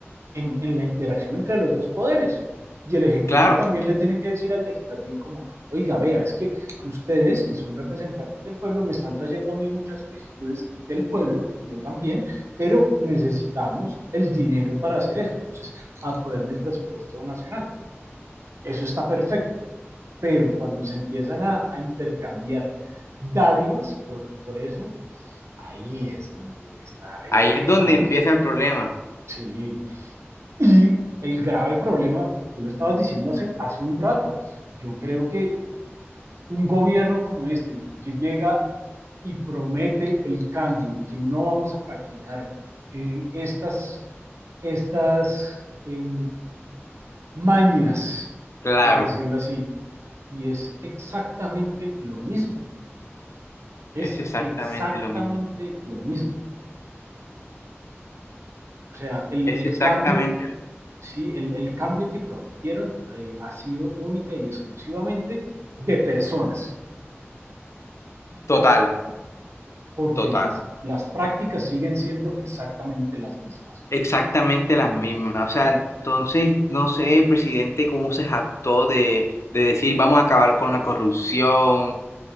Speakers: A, on the right (about 80°); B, on the left (about 80°).
A: en, en la interacción entre los dos poderes. Y el Ejecutivo
B: Claro.
A: también le tiene que decir al Legislativo como, oiga, vea, es que ustedes que son representantes del pueblo me están trayendo a mí muchas solicitudes del pueblo, yo también, pero necesitamos el dinero para hacer eso. Entonces, aprueben el presupuesto nacional. Eso está perfecto, pero cuando se empiezan a, a intercambiar dádivas por, por eso, ahí es donde está el
B: Ahí
A: tema
B: es donde
A: de
B: empieza
A: la...
B: el problema.
A: Sí, y el grave problema, tú lo estabas diciendo hace, hace un rato, yo creo que un gobierno como este, que llega y promete el cambio y que no vamos a practicar eh, estas, estas eh, mañas,
B: Claro,
A: por decirlo así, y es exactamente lo mismo, es
B: es exactamente
A: exactamente
B: lo mismo.
A: lo mismo. O sea, el,
B: Es
A: el
B: exactamente
A: cambio
B: lo-
A: Sí, el, el cambio que prometieron eh, ha sido única y exclusivamente de personas,
B: total,
A: porque
B: total.
A: las, las prácticas siguen siendo exactamente las mismas.
B: Exactamente las mismas. O sea, entonces, no sé, el presidente cómo se jactó de, de decir vamos a acabar con la corrupción,